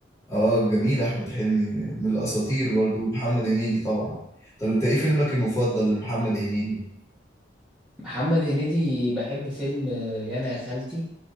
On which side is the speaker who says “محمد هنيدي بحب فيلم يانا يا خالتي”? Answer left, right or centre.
Centre